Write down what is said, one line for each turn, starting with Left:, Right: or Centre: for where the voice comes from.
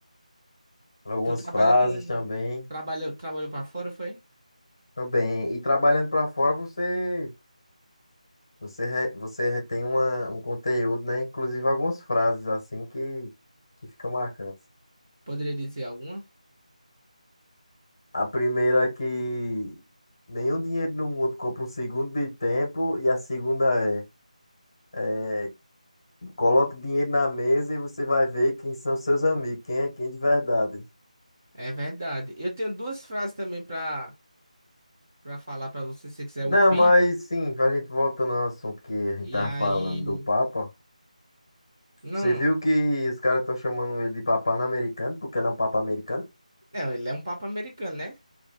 Left: algumas
Right: Tu trabalha
Left: frases
Right: com.
Left: também.
Right: Trabalhou, trabalhou pra fora, foi?
Left: Também. E trabalhando pra fora, você você re- você retém uma, um conteúdo, né? Inclusive algumas frases assim que que ficam marcantes.
Right: Poderia dizer alguma?
Left: A primeira é que nenhum dinheiro no mundo compra um segundo de tempo. E a segunda é, é coloque dinheiro na mesa e você vai ver quem são seus amigos, quem é quem de verdade.
Right: É verdade. Eu tenho duas frases também pra, pra falar pra você, se você quiser
Left: Não,
Right: ouvir.
Left: mas sim, a gente voltando ao assunto que a gente
Right: E
Left: tava
Right: aí.
Left: falando do Papa.
Right: Não.
Left: Você viu que os caras estão chamando ele de Papa americano, porque ele é um Papa americano?
Right: Não, ele é um papo americano, né?